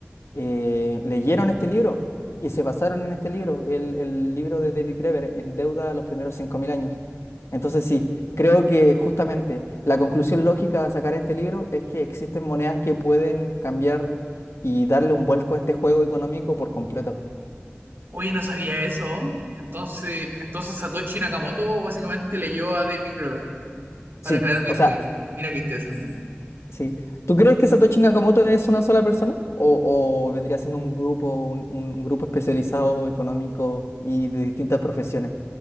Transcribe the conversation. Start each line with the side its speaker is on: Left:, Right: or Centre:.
Left: eh, leyeron este libro y se basaron en este libro, el, el libro de David Graeber, En deuda a los primeros cinco mil años. Entonces sí, creo que justamente la conclusión lógica de sacar este libro es que existen monedas que pueden cambiar y darle un vuelco a este juego económico por completo.
Right: Oye, no sabía eso. Entonces, entonces Satoshi Nakamoto básicamente leyó a David Graeber para
Left: Sí,
Right: crear Bitcoin.
Left: o sea,
Right: Mira qué interesante.
Left: sí. ¿Tú crees que Satoshi Nakamoto es una sola persona? ¿O, o vendría siendo un grupo, un, un grupo especializado económico y de distintas profesiones?